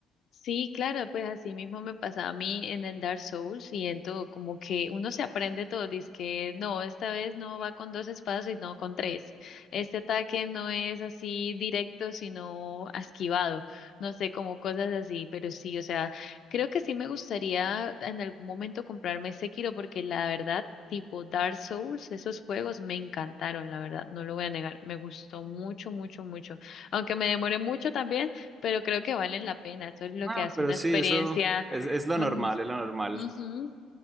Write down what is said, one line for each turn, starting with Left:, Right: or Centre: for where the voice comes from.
Left: Sí, claro, pues así mismo me pasa a mí en el Dark Souls y en todo, como que uno se aprende todo, dice que no, esta vez no va con dos espadas, sino con tres. Este ataque no es así directo, sino esquivado, no sé, como cosas así, pero sí, o sea, creo que sí me gustaría en algún momento comprarme Sekiro porque la verdad, tipo Dark Souls, esos juegos me encantaron, la verdad, no lo voy a negar, me gustó mucho, mucho, mucho, aunque me demoré mucho también pero creo que valen la pena. Eso es lo
Right: Ah,
Left: que hace
Right: pero
Left: una
Right: sí,
Left: experiencia,
Right: eso es, es lo
Left: un-
Right: normal, es lo normal.
Left: ujú,